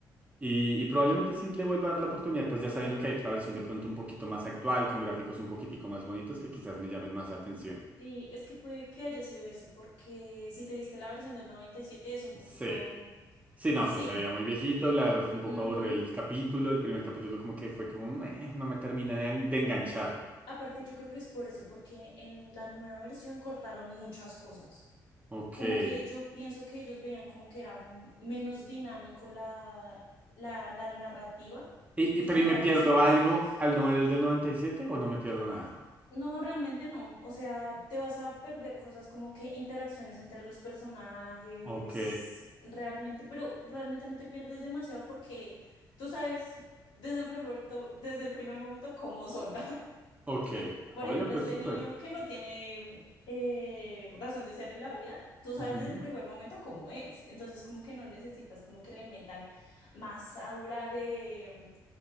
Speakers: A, on the right; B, on the left.
A: y, y probablemente sí le vuelva a dar la oportunidad, pues ya sabiendo que hay otra versión de pronto un poquito más actual, con gráficos un poquitico más bonitos que quizás me llamen más la atención.
B: Sí, es que puede que haya sido eso, porque si te viste la versión del 97 es un poquito...
A: Sí, sí, no
B: Sí.
A: sé, se veía muy viejito, la verdad fue un poco
B: ujú.
A: aburrido el capítulo, el primer capítulo como que fue como, "Meh, no me termina de, en- de enganchar.
B: Aparte, yo creo que es por eso, porque en la nueva versión cortaron muchas cosas.
A: Ok.
B: como
A: Y,
B: que yo pienso que ellos veían como que era m- menos dinámico la, la, la narrativa
A: y-
B: y
A: pero
B: cortaron
A: ¿y me pierdo
B: ciertas
A: algo
B: cosas.
A: al no ver el del 97 o no me pierdo nada?
B: No, realmente no. O sea, te vas a perder cosas como que interacciones entre los personajes,
A: Ok,
B: realmente, pero realmente no te pierdes demasiado porque tú sabes desde el primer, to- desde el primer momento cómo son. <laughs>
A: ok.
B: por
A: Oye,
B: ejemplo,
A: pues
B: este
A: súper.
B: niño que no tiene eh, razón de ser en la vida, tú sabes
A: Ujú.
B: desde el primer momento cómo es. Entonces, como que no necesitas como que le metan más aura de,